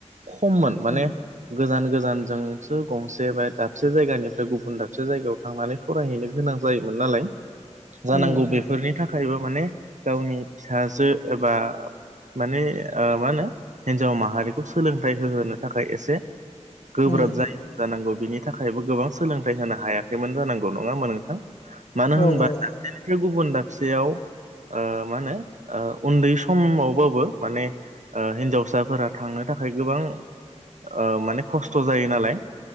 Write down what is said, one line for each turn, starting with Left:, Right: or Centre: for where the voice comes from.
Right: खममोन माने
Left: उम
Right: गोजान गोजानजोंसो गंसे बा दाबसे जायगानिफ्राय गुबुन दाबसे जायगायाव थांनानैै फरायहैनो गोनां जायोमोन नालाय जानांगौ
Left: उम उम
Right: बेफोरनि थाखायबो माने गावनि फिसाजो एबा माने ओ मा होनो हिनजाव माहारिखौ सोलोंथाइ होहोनो थाखाय एसे गोब्राब
Left: उम
Right: जायो। जानांगौ बिनि थाखायबो गोबां सोलोंथाइ होनो हायाखैमोन जानांगौ नङा होनबा नोंथां। मानो
Left: औ
Right: होनबा
Left: औ
Right: दाबसेनिफ्राय गुबुन दाबसेयाव ओ मा होनो उन्दै समावबाबो माने ओ हिनजावसाफोरा थांनो थाखाय गोबां ओ माने खस्थ' जायो नालाय